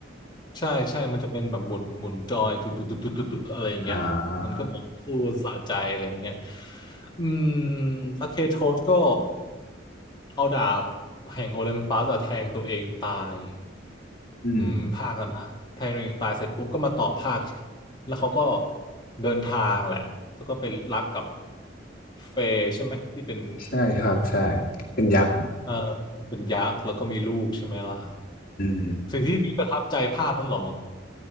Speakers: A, on the left (about 25°); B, on the left (about 50°).
A: ใช่ใช่มันจะเป็นแบบหมุนหมุนจอยตุดตุดตุดตุดตุดตุดอะไรอย่างเงี้ยมันก็แบบฟูลสะใจอะไรอย่างเงี้ย
B: ๆอ่า
A: อืมแล้วเคโทสก็เอาดาบแห่งโอลิมปัสอะแทงตัวเองตาย
B: อืม
A: อืมภาคกันนะแทงตัวเองตายเสร็จปุ๊บก็มาต่อภาคแล้วเขาก็เดินทางแหละแล้วก็ไปรักกับเฟย์ใช่ไหมที่เป็น
B: ใช่ครับใช่เป็นยักษ์
A: เออเป็นยักษ์แล้วก็มีลูกใช่ไหมล่ะ
B: อืม
A: สิ่งที่พี่ประทับใจภาพนั้นเหรอ